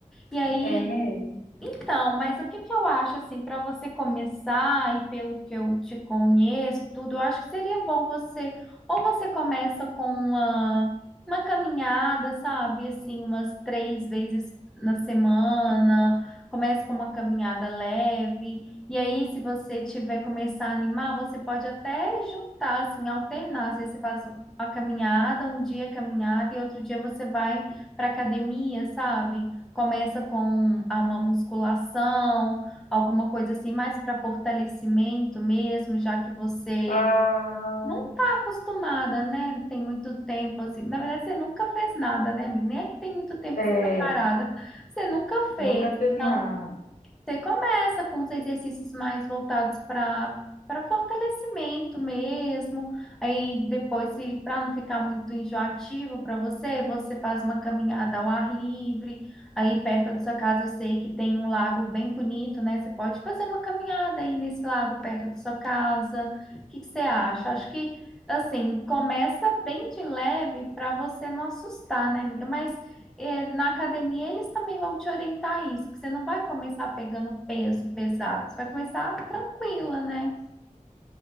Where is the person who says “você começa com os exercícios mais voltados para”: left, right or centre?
Centre